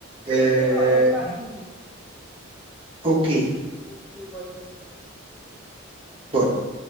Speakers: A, in the centre; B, on the right.
A: قولي
B: آه،
A: ايه رايك بقى فيهم
B: اوكي
A: اوكي باي باي
B: باي